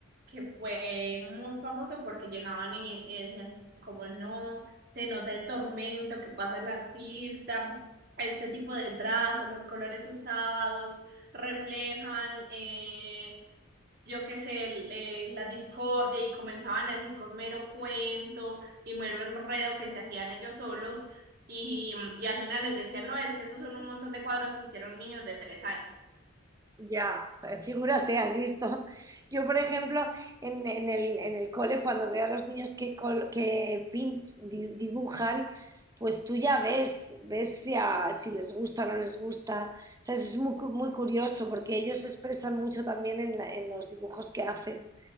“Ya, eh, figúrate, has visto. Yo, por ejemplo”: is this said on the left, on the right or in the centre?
Right